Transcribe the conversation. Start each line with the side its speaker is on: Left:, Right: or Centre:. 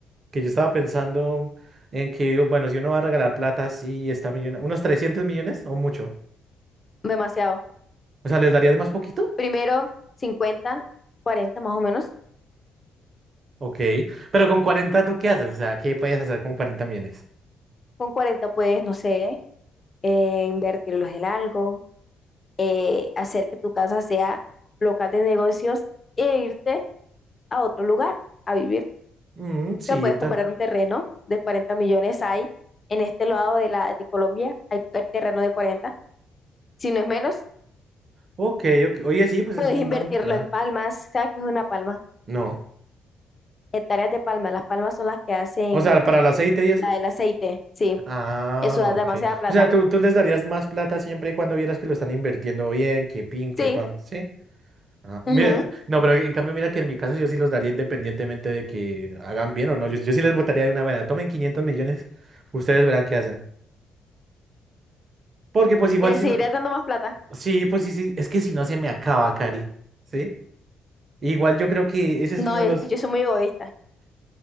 Right: que yo estaba pensando en que, bueno, si uno va a regalar plata, sí, está millona, unos 300 millones o mucho.
Left: Demasiado.
Right: O sea, ¿les darías más poquito?
Left: Primero, cincuenta cuarenta más o menos.
Right: Ok, pero con 40 ¿tú qué haces? O sea, ¿qué puedes hacer con cuarenta millones?
Left: Con 40 puedes, no sé, eh, invertirlos en algo, eh, hacer que tu casa sea local de negocios e irte a otro lugar a vivir.
Right: Mm, sí,
Left: que puedes
Right: tan.
Left: comprar un terreno de cuarenta millones hay en este lado de la de Colombia, hay el terreno de cuarenta si no es menos,
Right: Ok, ok. Oye, sí, pues es
Left: puedes
Right: un
Left: invertirlo
Right: buen plan.
Left: en palmas, ¿sabes qué es una palma?
Right: No.
Left: Hectáreas de palma, las palmas son las que hacen
Right: O sea, para el aceite y eso.
Left: la del aceite, sí,
Right: Ah,
Left: eso da demasiada
Right: ok.
Left: plata,
Right: O sea, tú, tú les darías más plata siempre y cuando vieras que lo están invirtiendo bien, que pin, que
Left: sí,
Right: pan, ¿sí? Ah, mira,
Left: ujú,
Right: no, pero en cambio, mira que en mi caso yo sí los daría independientemente de que hagan bien o no. Yo, yo sí les votaría de una manera. Tomen 500 millones, ustedes verán qué hacen. Porque pues igual
Left: Y le
Right: si
Left: seguiría
Right: no...
Left: dando más plata.
Right: Sí, pues sí, sí. Es que si no se me acaba, Cari. ¿Sí? Igual yo creo que ese es
Left: No,
Right: uno de
Left: yo,
Right: los...
Left: es que yo soy muy egoísta,